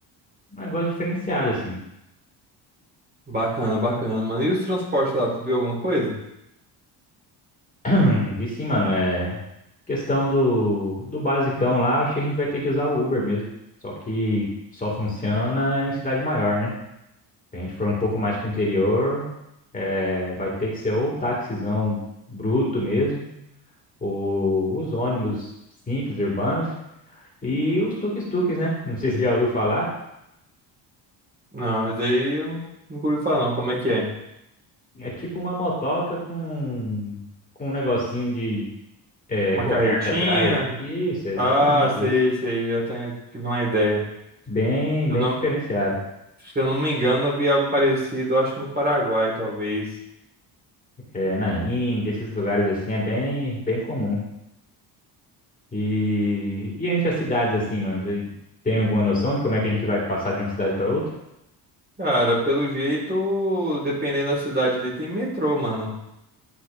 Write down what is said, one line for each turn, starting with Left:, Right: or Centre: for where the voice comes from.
Left: um negócio diferenciado, assim.
Right: Bacana, bacana, mano. E os transportes lá, tu viu alguma coisa?
Left: Hum, vi sim, mano. É questão do, do basicão lá, acho que a gente vai ter que usar o Uber mesmo. Só que só funciona em cidade maior, né? Se a gente for um pouco mais pro interior, é, vai ter que ser ou táxizão bruto mesmo o- os ônibus simples, urbanos, e os tuk-tuks, né? Não sei se você já ouviu falar.
Right: Não, isso aí eu não, nunca ouvi falar, não. Como é que é?
Left: É tipo uma motoca com, com um negocinho de é,
Right: Uma
Left: coberta
Right: carretinha?
Left: atrás. Isso, é exatamente
Right: Ah, sei,
Left: isso.
Right: sei. Eu até tive uma ideia.
Left: Bem,
Right: Se
Left: bem
Right: eu não,
Left: diferenciado.
Right: se eu não me engano, eu vi algo parecido, eu acho que no Paraguai, talvez.
Left: É, na Índia, esses lugares assim é bem, bem comum. E, e entre as cidades assim, mano, você tem alguma noção de como é que a gente vai passar de uma cidade para outra?
Right: Cara, pelo jeito, dependendo da cidade ali, tem metrô, mano.